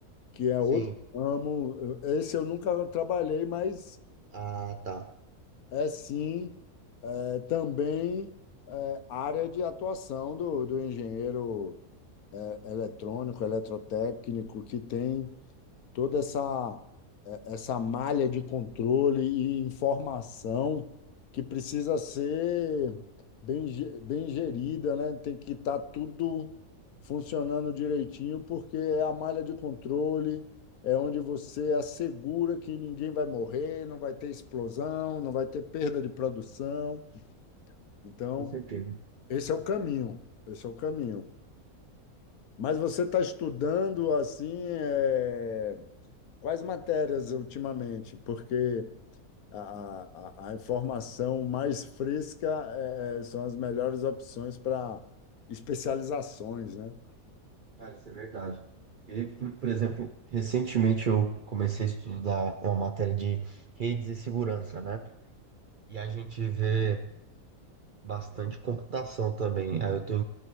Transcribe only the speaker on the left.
que é
outro ramo. Eu- Esse eu nunca trabalhei, mas
é sim é, também é, área de atuação do, do engenheiro eletrônico, eletrotécnico, que tem toda essa eh, essa malha de controle e informação que precisa ser bem, ge- bem gerida, né? Tem que estar tudo funcionando direitinho, porque é a malha de controle, é onde você assegura que ninguém vai morrer, não vai ter explosão, não vai ter perda de produção. Então,
esse é o caminho, esse é o caminho. Mas você está estudando assim, é, Quais matérias ultimamente? Porque a, a, a informação mais fresca eh, são as melhores opções para especializações, né?